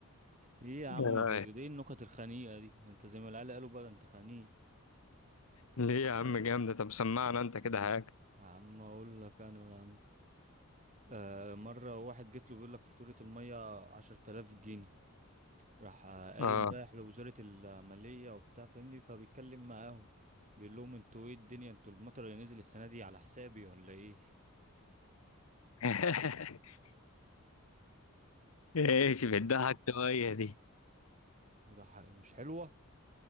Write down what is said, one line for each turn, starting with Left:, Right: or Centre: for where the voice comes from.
Right: ايه يا عم
Left: إيه رأيك؟
Right: الر- ايه النكت الخنيقة دي انت زي ما العيال قالوا بقى انت خنيق
Left: ليه يا عم جامدة طب سمعنا انت كده حاجة
Right: يا عم اقول لك انا يا عم آه مرة واحد جيت له بيقول لك فاتورة المية عشرة آلاف جنيه راح آه، قايم
Left: اه
Right: رايح لوزارة المالية وبتاع فاهمني فبيتكلم معاهم بيقول لهم انتوا ايه الدنيا انتوا المطر اللي نزل السنة دي على حسابي ولا ايه
Left: <laughs> ايش
Right: لا
Left: بتضحك شوية دي
Right: ده ح- مش حلوة